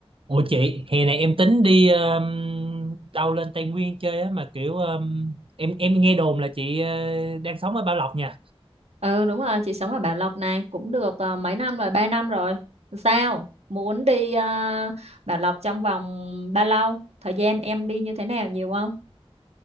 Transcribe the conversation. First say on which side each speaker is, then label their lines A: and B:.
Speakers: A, on the right; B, on the right.
A: Ủa chị, hè này em tính đi um, đâu lên Tây Nguyên chơi á mà kiểu um, em em nghe đồn là chị ờ, đang sống ở Bảo Lộc nha.
B: Ừ đúng rồi, chị sống ở Bảo Lộc này cũng được ờ, mấy năm rồi, 3 năm rồi. Sao? Muốn đi ờ, Bảo Lộc trong vòng bao lâu? Thời gian em đi như thế nào nhiều không?